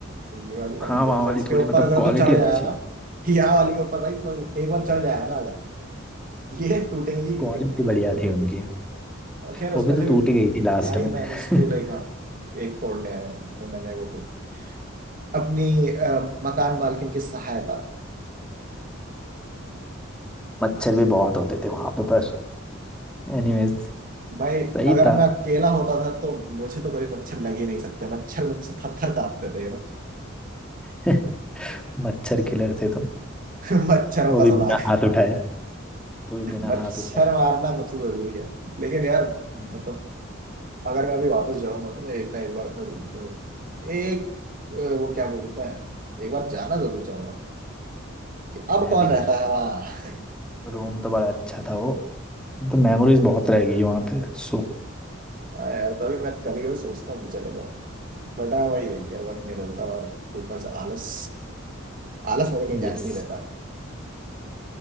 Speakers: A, on the right (about 45°); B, in the centre.
A: ये वाली
B: हाँ
A: पतली है
B: वहाँ
A: मतलब
B: वाली
A: इसके
B: थोड़ी
A: ऊपर
B: मतलब
A: अगर
B: क्वालिटी
A: तो चढ़
B: अच्छी
A: जाएगा यहाँ वाली के ऊपर भाई तो एक बार चढ़ जाएगा ना अगर ये टूटेंगी ही टूटेंगी
B: क्वालिटी
A: मतलब
B: बढ़िया
A: तो
B: थी उनकी
A: और खैर उसमें
B: वो भी तो
A: से
B: टूट
A: भी
B: ही गई थी लास्ट
A: आई
B: में
A: मैनेज
B: <laughs>
A: टू लाइक हाँ एक तोड़ने हैं मैंने वो खुद की अपनी अ, मकान मालकिन की सहायता
B: मच्छर भी बहुत होते थे वहां पे पर एनीवेज
A: भाई
B: सही
A: अगर
B: था
A: मैं अकेला होता था तो मुझे तो कभी मच्छर लग ही नहीं सकते मच्छर मुझसे थर थर कांपते थे ना
B: <laughs> मच्छर किलर थे तुम
A: <laughs> मच्छरों
B: वो
A: का
B: भी
A: सनाग
B: बिना हाथ उठाए वो भी बिना
A: मच्छर
B: हाथ उठाए
A: मारना सबसे जरूरी है लेकिन यार
B: हम्म,
A: मतलब अगर मैं अभी वापस जाऊंगा तो मैं एक ना एक बार अपने रूम पे एक अ, वो क्या बोलते हैं एक बार जाना जरूर चाहूंगा कि अब
B: मैं
A: कौन
B: भी भाई
A: रहता है वहां
B: रूम तो बड़ा अच्छा था वो तो मेमोरीज बहुत रह गई वहां पे सो
A: हाँ यार तभी मैं कभी कभी सोचता हूँ कि चले जाओ बट हाँ भाई है कि यार वक्त नहीं मिलता और ऊपर से आलस आलस मुझे कहीं जाने
B: यस
A: नहीं देता